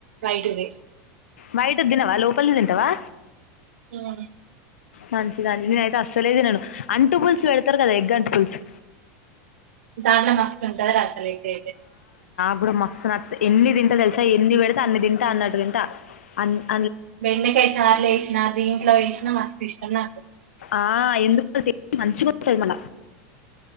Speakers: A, on the right (about 65°); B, on the left (about 65°).
A: బైటిది
B: వైటుదినవా లోపలిది తింటవా
A: ఉమ్మ్
B: మంచిదానివి నేనయితే అస్సలే తినను అంటు పులుసు పెడతరు కదా ఎగ్ అంటు పులుసు
A: దాంలో మస్తుంటంది రా అసలు ఎగ్ ఐతే
B: ఇప్పుడు మస్తు నచ్చుతయి ఎన్ని తింటా తెలుసా ఎన్ని పెడితే అన్ని తింటా అన్నట్టు తింటా అన్ని
A: బెండకాయ చార్లో వేసినా దీంట్లో వేసినా మస్తు ఇష్టం నాకు
B: ఆ ఎందుకో టేస్టు మంచిగ ఉంటది మల్ల